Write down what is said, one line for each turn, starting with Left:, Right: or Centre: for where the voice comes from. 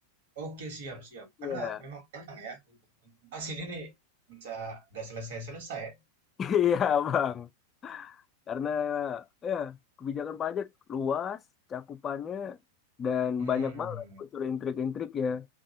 Right: Oke, siap, siap.
Left: Iya.
Right: Karena memang panjang ya untuk untuk bahas ini nih bisa nggak selesai-selesai ya.
Left: <laughs> Iya Bang. Karena ya kebijakan pajak luas cakupannya dan
Right: Hmm.
Left: banyak banget unsur intrik-intriknya.